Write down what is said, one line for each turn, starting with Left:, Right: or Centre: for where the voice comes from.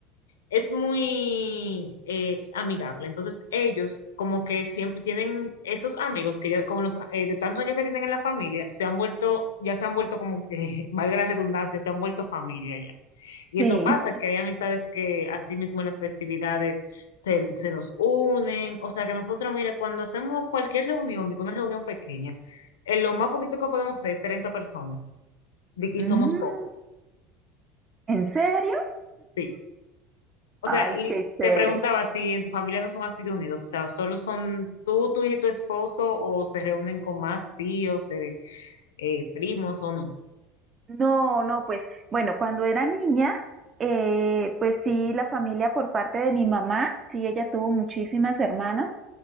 Left: es muy eh, amigable. Entonces, ellos como que siempre tienen esos amigos que ya, como los eh, de tantos años que tienen en la familia, se han vuelto, ya se han vuelto como que, <laughs> valga la redundancia, se han vuelto familia y
Right: Sí.
Left: eso pasa, que hay amistades que así mismo en las festividades se, se nos unen. O sea que nosotros, mira, cuando hacemos cualquier reunión, digo una reunión pequeña, eh, lo más poquito que podemos ser 30 personas. di- Y
Right: Mm,
Left: somos pocos,
Right: ¿en serio?
Left: sí. O
Right: Ay,
Left: sea, y
Right: qué chévere.
Left: te preguntaba si en tu familia no son así de unidos, o sea, solo son tú, tu hija y tu esposo, o se reúnen con más tíos, eh, eh, primos o no.
Right: No, no, pues bueno, cuando era niña, eh, pues sí, la familia por parte de mi mamá, sí, ella tuvo muchísimas hermanas.